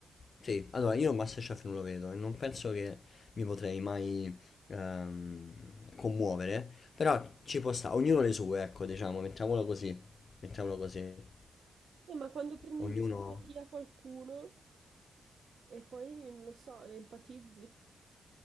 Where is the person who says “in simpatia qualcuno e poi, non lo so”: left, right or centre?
Right